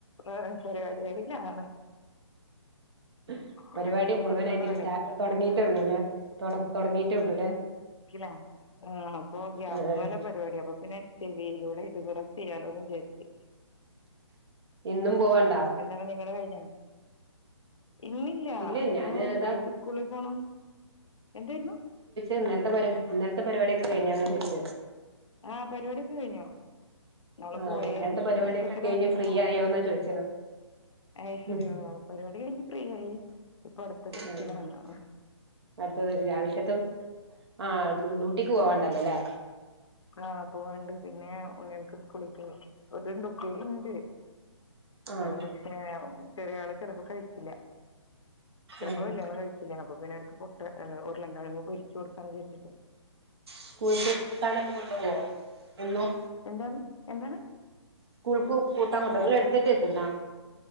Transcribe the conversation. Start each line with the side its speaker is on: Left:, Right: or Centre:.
Left: വേറെ പരാവാടി അല്ലെങ്കിലും ആണ്
Right: ഉ പരിപാടി
Left: നിങ്ങൾക്ക്
Right: മുഴുവനായിട്ടില്ലസ്റ്റ
Left: സ്കൂളിൽ കൊണ്ടുപോകാനേ
Right: തൊടങ്ങിയിട്ടേ ഉള്ളൂ അല്ലേ തൊ തൊടങ്ങിട്ടേ ഉള്ളൂ അല്ലേ
Left: ലാ ആ അപ്പൊ ഗ്യാസ്
Right: ആഹ് ആഹ്
Left: മലാ പരിപാടി അപ്പൊ പിന്നെ ചെവിയിലൂടെ ഇതും കൂടെ ചെയ്യാലോന്ന് വിചാരിച്ച്
Right: ഇന്നും പോവാണ്ടാ
Left: എന്താണ് നിങ്ങളുടെ കയിഞ്ഞാ ഇന്നി ല്ല
Right: ഇല്ല
Left: ഇന്ന്
Right: ഞാന് ഇതാ
Left: കുട്ടിയോൾക്ക് സ്കൂളിൽ പോണം എന്തായിരുന്നു
Right: ഇന്നത്തെ പരിപാ ഇന്നലത്തെ പരിപാടിയൊക്കെ കഴിഞ്ഞാന്നോ ചോയിച്ചെ
Left: ആഹ പരിപാടി ഒക്കെ കഴിഞ്ഞു ങ്ങള്
Right: ആഹ്
Left: പോയേ
Right: ഇന്നലത്തെ പരിപാടിയൊക്കെ
Left: പെട്ടെന്ന്
Right: കഴിഞ്ഞ്
Left: തന്നെ തിരിച്ചു
Right: ഫ്രീ
Left: പോന്നോ
Right: ആയോന്നാ ചോദിച്ചത്
Left: അയ് ശരിയോ
Right: ഉം
Left: പരിപാടി കഴിഞ്ഞ് ഫ്രീ ആയി ഇപ്പൊ അടുത്ത തിരക്കിലാണ്
Right: ആഹ് അടുത്തത് രാവിൽക്കത്തും ആ ഡ്യൂട്ടിക്ക് പോവാണ്ടല്ലോല്ലേ
Left: ആഹ പോവാണ്ട് പിന്നെ ഉണ്ണൾക്ക് സ്കൂളിൽക്കെ ഒരുണ്ടൊപ്പരിയിണ്ട്
Right: ആഹ്
Left: പക്ഷേ ഏ ചെറിയ ആള് ചിലപ്പോ കഴിക്കില്ല ചിലപ്പോ
Right: ആഹ്
Left: വല്യ ആളും കഴിക്ക ഇല്ലാ അപ്പൊ പിന്നെ അടുക്ക് പൊട്ട് ഉരുളൻ കിഴങ്ങ് പൊരിച്ച് കൊടുക്കാന്ന് വിചാരിച്ചിട്ട്
Right: സ്കൂൾക്ക് കൂട്ടാനൊക്കെ കൊണ്ടുവോ എന്നും
Left: എന്താന്ന് എന്താണ്
Right: സ്കൂൾക്ക് കൂട്ടാൻ കൊണ്ടാവ നിങ്ങള്‌ ഹെഡ്സെറ്റ് വച്ച്ക്ക്ണാ